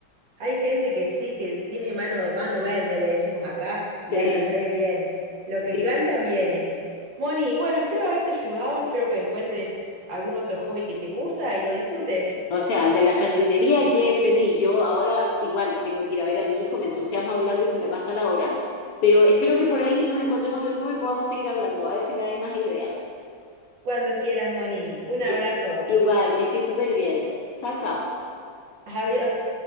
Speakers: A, on the right; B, on the left.
A: hay gente que sí, que tiene mano, mano verde, le decimos acá,
B: Sí.
A: y andan re bien. Lo
B: Sí,
A: que plantan viene. Moni, bueno, espero haberte ayudado, espero que encuentres algún otro hobby que te gusta y lo disfrutes.
B: o sea, el de la jardinería quedé feliz. Yo ahora igual tengo que ir a ver a mi hijo, me entusiasmo hablando y se me pasa la hora, pero espero que por ahí nos encontremos de nuevo y podamos seguir hablando, a ver si me dais más ideas.
A: Cuando quieras, Moni. Un abrazo.
B: Que- Igual, que estoy súper bien. Chao, chao.
A: Adiós.